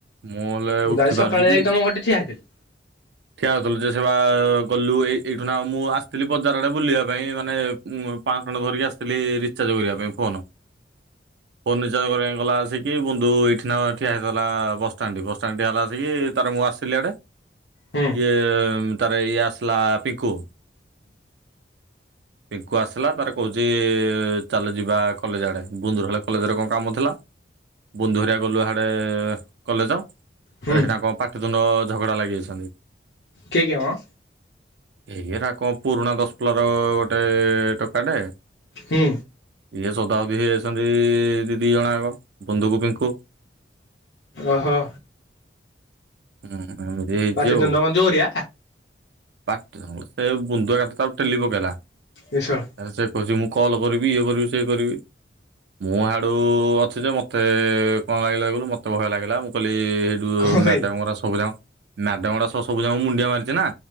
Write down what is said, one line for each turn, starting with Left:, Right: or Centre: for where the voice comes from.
Right: ମୁଁ ହେଲେ
Left: ମୁଁ
Right: ଉଠି
Left: ତ ଆଇ ସକାଳେ
Right: ପାରୁଛି କି?
Left: ଏଇ ତମ ଘଟେ ଠିଆ ହେଇଥିଲି।
Right: ଠିଆ ହେଉଥୁଲୁ ଯେ ସେବା-ଆ ଗଲୁ ଏ ଏଇଠୁ ନା, ମୁଁ ଆସିଥିଲି ବଜାର ଆଡେ ବୁଲିବା ପାଇଁ ମାନେ ମୁଁ ପାଁଶ ଟଙ୍କାଟା ଧରିକି ଆସିଥିଲି ରିଚାର୍ଜ କରିବା ପାଇଁ ଫୋନ? ଫୋର୍ନିଚାର କରିବା ଗଲାଁ ଆସିକି ବୁନ୍ଧୁ ଏଇଠି ନା ଠିଆ ହେଇଥିଲା, ବସଷ୍ଟାଣ୍ଡ ଠି। ବସ୍ଷ୍ଟାଣ୍ଟ ଟି ହେଲା ଆସିକି ତାର ମୁଁ ଆସିଲି ଆଡ଼େ
Left: ହୁଁ
Right: ଇଏ, ତାର ଇଏ ଆସିଲା ପିଙ୍କୁ। ପିଙ୍କୁ ଆସିଲା ତାର କହୁଛି ଚାଲ ଯିବା କଲେଜ ଆଡ଼େ, ବୁନ୍ଦୁର ହେଲେ କଲେଜରେ କଣ କାମ ଥିଲା? ବୁନ୍ଦୁ ହରିଆ ଗଲୁ ହାଡେ କଲେଜ। ତ
Left: ହୁଁ
Right: ହେଇଡା କଣ ପାଟିତୁଣ୍ଡ ଝଗଡା ଲାଗିଯାଇଛନ୍ତି।
Left: କିଏ କିଏ ମ?
Right: ଏଇରା କଣ, ପୁରୁଣା ଦଶପଲାର ଗୋଟେ ଟୋକାଟେ
Left: ହୁଁ।
Right: ଇଏ ସୋଦାସୋଦି ହେଇଯାଛନ୍ତି-ଇ ଦି ଦି ଜଣଆଙ୍କ, ବୁନ୍ଦୁ କୁ ପିଙ୍କୁ।
Left: ଓହୋ!
Right: ହୁଁ, ଏମତି ହେଇଛି
Left: ପାଟିତୁଣ୍ଡ
Right: ଆଉ।
Left: କଣ ଜୋରିଆ
Right: ପାଟି ସେ ବୁନ୍ଦୁଆ କାତ ତାକୁ ଟେଲି ପକେଇଲା।
Left: ଇଏ ଶଳା!
Right: ଆରେ ସେ କହୁଛି ମୁଁ କଲ୍ କରିବି, ଇଏ କରିବି, ସିଏ କରିବି। ମୁଁ, ହାଡୁ ଅଛି ଯେ, ମତେ କଣ ଲାଗିଲା କହିଲୁ, ମତେ ଭୟ ଲାଗିଲା, ମୁଁ କହିଲି ହେ ଯୁ
Left: କଣ ପାଇଁ
Right: ମ୍ୟାଡ଼ାମ୍ ଗୁରା ସବୁ ଯାଙ୍କ, ମ୍ୟାଡମ୍ ଗୁଡ଼ା ସ-ସବୁ ଯାଙ୍କୁ ମୁଣ୍ଡିଆ ମାରିଛି ନା!